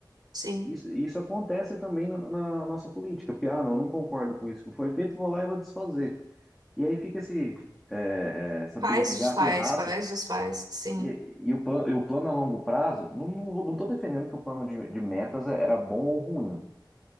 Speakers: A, on the right; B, in the centre.
A: Sim.
B: Isso, isso acontece também na, na nossa política, porque, ah, não, não concordo com isso que foi feito, vou lá e vou desfazer. E aí fica esse, é, é, essa
A: Faz,
B: briga de gato
A: desfaz,
B: e rato,
A: faz, desfaz. Sim.
B: e, e o, plan, e o plano a longo prazo, não estou defendendo que o plano de, de metas é, era bom ou ruim,